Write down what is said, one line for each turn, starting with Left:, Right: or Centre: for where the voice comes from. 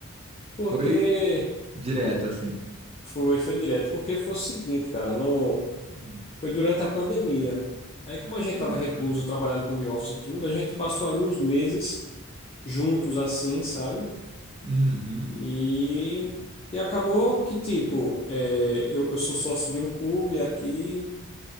Left: Porque
Right: foi direto assim.
Left: foi, foi direto. Porque foi o seguinte, cara, no.
Right: Hum.
Left: Foi durante a pandemia. Aí, como
Right: Ah,
Left: a gente estava recluso, trabalhando home office e tudo, a gente passou ali uns meses juntos, assim, sabe?
Right: uhum,
Left: E, e acabou que, tipo, é, eu, eu sou sócio de um clube aqui